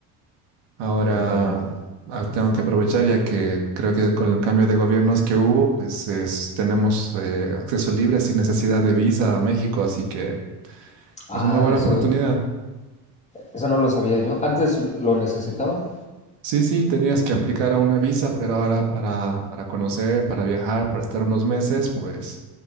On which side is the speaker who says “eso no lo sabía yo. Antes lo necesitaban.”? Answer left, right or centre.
Left